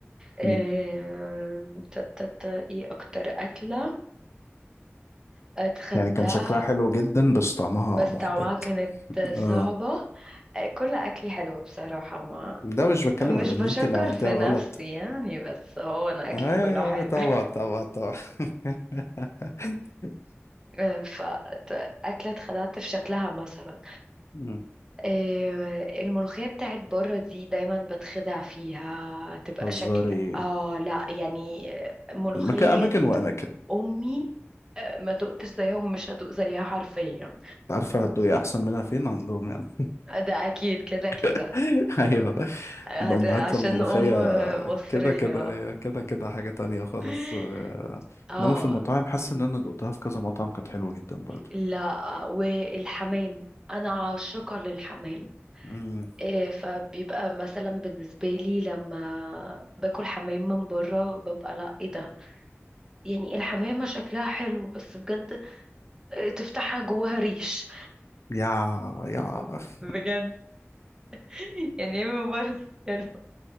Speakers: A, on the right (about 15°); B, on the left (about 75°).
A: آم،
B: مم.
A: تا- تا- تا، ايه اكتر اكلة اتخدع
B: يعني كان شكلها حلو جدا بس طعمها
A: بس
B: محبط
A: طعمها كانت صعبة
B: اه
A: آه، كل اكلي حلو بصراحة ما
B: ده مش بتكلم
A: مش
B: على
A: بشكر
B: ان انت اللي عملتيها
A: في
B: غلط
A: نفسي يعني بس هو انا اكلي
B: ايوه
A: كله حلو
B: أيوة، طبعا
A: <laughs>
B: طبعا طبعا <laughs>
A: آه، ف ت- أكلة اتخدعت في شكلها مثلا
B: مم.
A: آه، الملوخية بتاعت بره دي دايما بتخدع فيها تبقى
B: هزاري
A: شكل اه لا يعني آه، ملوخية
B: مكان اماكن واماكن
A: امي آه، ما دقتش زيهم مش هدوق زيها حرفيا
B: عارفة هتدوقي أحسن منها فين عندهم يعني
A: ده اكيد كده كده
B: <laughs> أيوه
A: هت...
B: الأمهات
A: عشان
B: الملوخية
A: ام آه، مصرية
B: كده كده هي كده كده حاجة تانية خالص
A: <laughs>
B: آه،
A: اه
B: إنما في المطاعم حاسس إن أنا دقتها في كذا مطعم كانت حلوة جدا برضو
A: لا والحمام انا عاشقة للحمام
B: مم.
A: إيه، فبيبقى مثلا بالنسبة لي لما باكل حمام من بره ببقى لا ايه ده يعني الحمامة شكلها حلو بس بجد إيه، تفتحها جواها ريش
B: يا يا أخ.
A: بجد <laughs> يعني ايه من بره <laughs> يعني